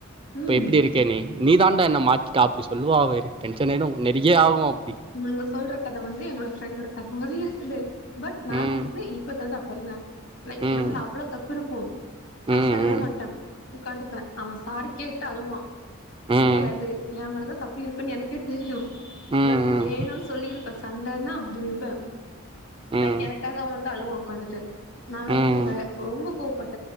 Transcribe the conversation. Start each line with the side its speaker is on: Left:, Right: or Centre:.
Right: இப்ப
Left: ம்
Right: எப்டி இருக்கே நீ நீ தான்டா என்ன மாத்திட்ட அப்டி சொல்லுவா அவ எனக் டென்ஷனாயிடு நறைய ஆவு அப்டி
Left: நீங்க சொல்ற கத வந்து என்னோட ஃப்ரெண்டோட கத மாரியே இருக்குது பட் நா
Right: ம்
Left: வந்து இப்ப தந்து அப்ப இருக்குறே லைக்
Right: ம்
Left: ஏ மேல அவ்ளோ தப்பு இருக்கு நா
Right: ம்
Left: அசரவே
Right: ம்
Left: மாட்டே ஒக்காந்துப்பே அவே சாரி கேட்டு அழுவா
Right: ம்
Left: முடியாது ஏ மேலதா தப்பு இருக்குனு எனக்கே தெரியு
Right: ம் ம்
Left: பட் வேணுன் சொல்லிருப்பே சண்டன்னா அப்டி இருப்பே
Right: ம்
Left: லைக் எனக்காக அவே வந்து அழுவா ஒக்காந்துட்டு நா லைக்
Right: ம்
Left: வ ரொம்ப கோவப்பட்